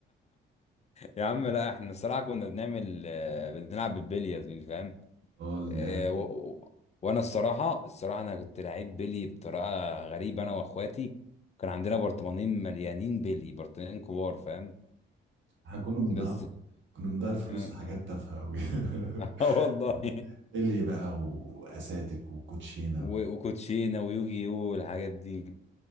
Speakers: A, on the left; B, on the right.
A: يا عم لا احنا الصراحه كنا بنعمل آه، بنلعب بالبلياز فاهم
B: اه
A: آه، و... و- وانا الصراحه الصراحه انا كنت لعيب بيلي بطريقه غريبه انا واخواتي كان عندنا برطمانين مليانين بيلي برطمانين كبار فاهم
B: احنا كنا بنضيع
A: بس
B: كنا بنضيع الفلوس
A: اه
B: في حاجات
A: آه.
B: تافهة أوي <laughs>
A: <laughs> آه، والله
B: بيلي بقى وأساتك وكوتشينة
A: <laughs> و... وكوتشينه ويوجي يو والحاجات دي